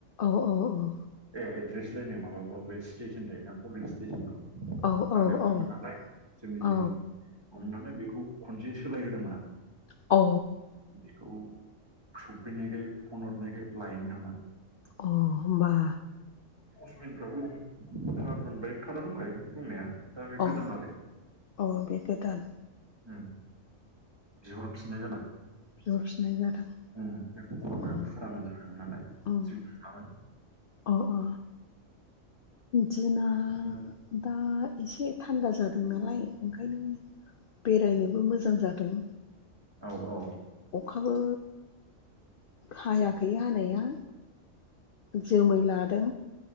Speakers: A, on the left; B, on the right.
A: औ औ औ।
B: ए एड्रेस लायनाय माबाखौ बे स्टेसन थायोना? पलिं स्टेसनखौ,
A: औ औ
B: आलदायावसोमोन
A: औ
B: नालाय जोंनि
A: औ अ
B: जायगानि नालाय बेखौ खनसे सोलाय होदोंमोन आं।
A: अ'।
B: बिखौ सौफैनायखाय फन हरनायखाय लायनो थांदां।
A: अ' होनबा
B: पसमेनफ्राबो कार्ड मोनबाय कार्डा दंखायोमोन दंनाया दा बे
A: अ
B: गोदान आरो।
A: अ बे गोदान।
B: उम। बिहरफिननाय जादों।
A: बिहरफिननाय जादों।
B: उम बेफोर फग्रा
A: अ
B: फुराना जाबायमोन नालाय
A: ओं
B: जेबो नङामोन।
A: अ अ। दिना
B: बेखौनो
A: दा एसे थान्दा जादों नालाय ओंखायनो बेरायनोबो मोजां जादों।
B: औ औ।
A: अखाबो हायाखै हानाया। जोमै लादों।